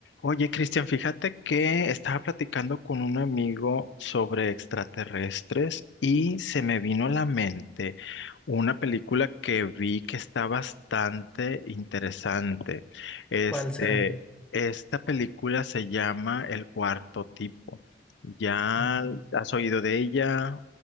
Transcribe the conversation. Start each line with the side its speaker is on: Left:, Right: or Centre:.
Left: Oye, Cristian, fíjate que estaba platicando con un amigo sobre extraterrestres y se me vino a la mente una película que vi que está bastante interesante. Este,
Centre: ¿Cuál será?
Left: esta película se llama El Cuarto Tipo. ¿Ya
Centre: Ajá.
Left: has oído de ella?